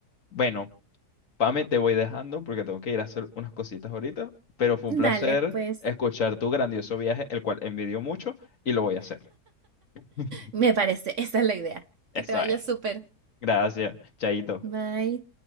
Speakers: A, on the left; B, on the right.
A: Bueno. Pame, te voy dejando porque tengo que ir a hacer unas cositas ahorita, pero fue un
B: Dale,
A: placer
B: pues.
A: escuchar tu grandioso viaje, el cual envidio mucho y lo voy a hacer. <laughs>
B: Me parece, esa es la idea.
A: Eso
B: Que te vaya
A: es.
B: súper.
A: Gracias. Chaito.
B: Bye.